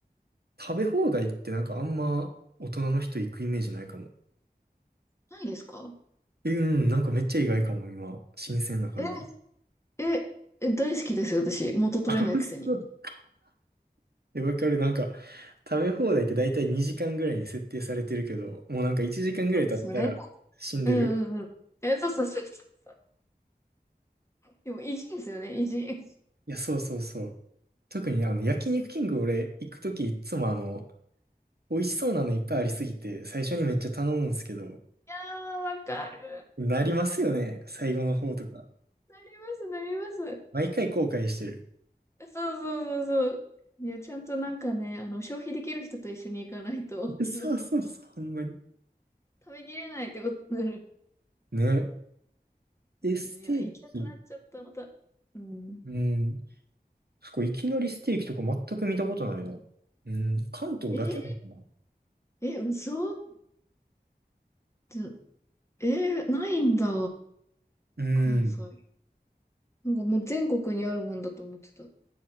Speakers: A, on the right; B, on the left.
A: 食べ放題ってなんかあんま大人の人行くイメージないかも。
B: ないですか
A: え、うん、なんかめっちゃ意外かも、今。新鮮な感じ。
B: え、え、え、大好きですよ、私。元取れないくせに。
A: <laughs> で、わかる。なんか、食べ放題って大体2時間ぐらいに設定されてるけど、もうなんか1時間ぐらい経ったら死んでる。
B: そうですよね。うんうんうん。え、そうそうそうそう <laughs> でも、意地ですよね、意地。い
A: いや、そうそうそう。特にあの、焼肉キング俺行くときいつもあの、美味しそうなのいっぱいありすぎて、最初にめっちゃ頼むんですけど、
B: やー、わかる。
A: なりますよね。最後の方とか。
B: なります、なります。そう
A: 毎回後悔してる。
B: そうそうそう。いや、ちゃんとなんかね、あの、消費できる人と一緒に行かないと、
A: <laughs> そうそうそう、
B: <laughs>
A: ほんまに。
B: 食べきれないってことになる。
A: ね。え、ステーキ。
B: いや、行きたくなっちゃった、また。うん。
A: うん。そこいきなりステーキとか全く見たことないな。うん。関東だけなのかな。
B: えー、え、嘘。ちょえー、ないんだ。
A: うん。
B: 関西。なんかもう全国にあるもんだと思ってた。